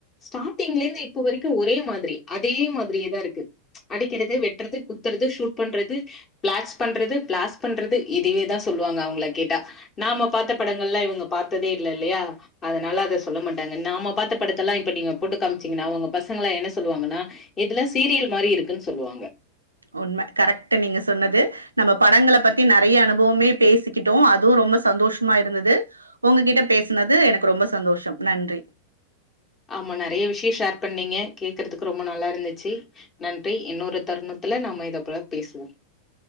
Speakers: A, on the left; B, on the right.
A: ஸ்டார்டிங்ல இருந்து இப்ப வரைக்கும் ஒரே மாதிரி அதே மாதிரியேதான் இருக்கு அடிக்கிறது வெட்டுறது குத்துறது ஷூட் பண்றது பிளாஸ் பண்றது பிளாஸ் பண்றது இதுவேதான் சொல்லுவாங்க அவங்க கேட்டா நாம பார்த்த படங்கல்லாம் இவங்க பார்த்ததே இல்ல இல்லையா அதனால அதை சொல்ல மாட்டாங்க நாம பாார்த்த படத்த எல்லாம் இப்ப நீங்க போட்டு காமிச்சீங்கன்னா அவங்க பசங்களாம் என்ன சொல்லுவாங்கன்னா இதுல்லாம் சீரியல் மாதிரி இருக்குன்னு சொல்லுவாங்க
B: உண்மை கரெக்ட் நீங்க சொன்னது நம்ம படங்க பத்தி நிறைய அனுபவமே பேசிக்கிட்டோம் அதுவும் ரொம்ப சந்தோஷமா இருந்தது உங்ககிட்ட பேசினது எனக்கு ரொம்ப சந்தோஷம் நன்றி
A: ஆமா நிறைய விஷயம் ஷேர் பண்ணீங்க கேக்குறதுக்கு ரொம்ப நல்லா இருந்துச்சு நன்றி இன்னொரு தருணத்துல நாம இதை போல பேசுவோம்